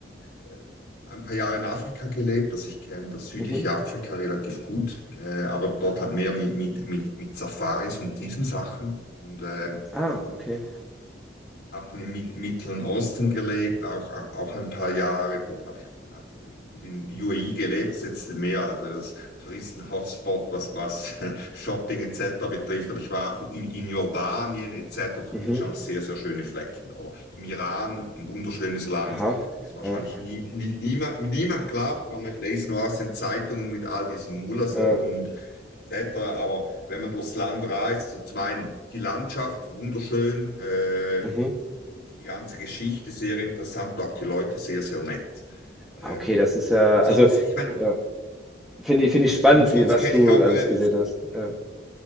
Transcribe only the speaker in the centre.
Mhm.
Ah, okay.
Mhm.
Aha.
Ja.
Äh,
mhm.
Ah, Okay, das ist ja,
also,
ja. Finde ich, finde ich spannend,
wie, was
du
alles
gesehen hast. Ja.